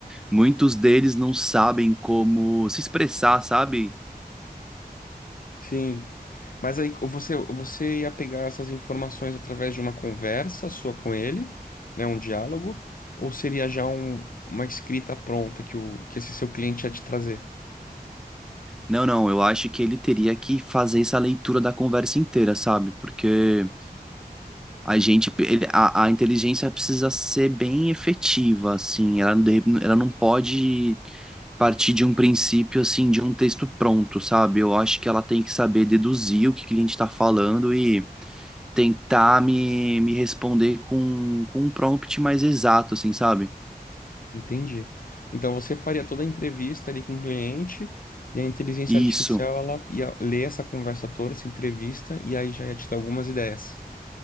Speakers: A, in the centre; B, on the left.
A: muitos deles não sabem como se expressar, sabe?
B: Sim, mas aí você, você ia pegar essas informações através de uma conversa sua com ele, né, um diálogo, ou seria já um- uma escrita pronta que, o, que esse seu cliente ia te trazer?
A: Não, não, eu acho que ele teria que fazer essa leitura da conversa inteira, sabe? Porque a gente, ele- a, a inteligência precisa ser bem efetiva, assim, ela, não de- ela não pode partir de um princípio, assim, de um texto pronto, sabe? Eu acho que ela tem que saber deduzir o que o cliente está falando tentar me, me responder com, com um prompt mais exato, assim, sabe?
B: Entendi. Então você faria toda a entrevista ali com o cliente e a inteligência
A: Isso.
B: artificial ela ia ler essa conversa toda, essa entrevista, e aí já ia te dar algumas ideias,